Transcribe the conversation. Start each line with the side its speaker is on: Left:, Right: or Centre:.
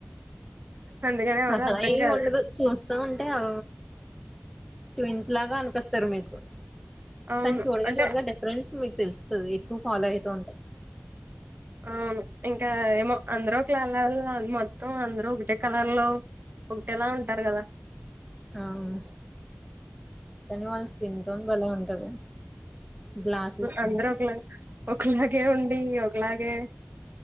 Right: అందుకని ఎవరు
Centre: అసలు
Right: అర్థం
Centre: ఏం
Right: కాదు
Centre: ఉండదు చూస్తా ఉంటే అ ట్విన్స్ లాగా అనిపిస్తారు మీకు
Right: అవును
Centre: కానీ చూడగా
Right: అంటే
Centre: చూడగా డిఫరెన్స్ తెలుస్తుంది ఎక్కువ ఫాలో అయిత ఉంటాయి
Right: ఆ ఇంకా ఏమో అందరు కాలలు మొత్తం అందరు ఒకటే కలర్లో ఒకటేలా ఉంటారు కదా
Centre: అవును కానీ వాళ్ళు స్కిన్ టోన్ బలే ఉంటది గ్లాసీ స్కిన్
Right: అందరు ఒకలా ఒకలాగే ఉండి ఒకలాగే